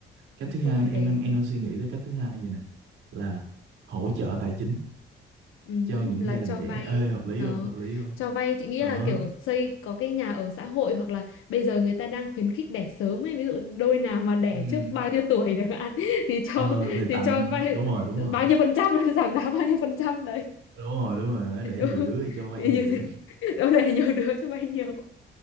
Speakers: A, on the right (about 75°); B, on the left (about 80°).
A: cách
B: hoặc
A: thứ hai
B: không thì
A: em
B: phải
A: đang em đang suy nghĩ tới cách thứ hai vậy nè là hỗ trợ tài chính
B: ừ, hứ,
A: cho những
B: là
A: gia
B: cho
A: đình trẻ
B: vay
A: ê hợp lý
B: ờ.
A: không hợp lý không
B: cho vay chị nghĩ
A: ờ
B: là kiểu xây có cái nhà ở xã hội hoặc là bây giờ người ta đang khuyến khích đẻ sớm ấy ví dụ đôi nào mà đẻ
A: ừ.
B: trước bao nhiêu tuổi chẳng hạn <laughs> thì cho
A: ờ ờ, thì
B: thì
A: tặng
B: cho vay
A: đúng rồi đúng rồi
B: bao nhiêu phần trăm <laughs> giảm giá bao nhiêu phần trăm đấy
A: đúng rồi đúng rồi để
B: đúng
A: nhiều
B: không
A: đứa thì cho vay
B: thì
A: nhiều
B: như thế <laughs> đâu đẻ nhiều đứa cho vay nhiều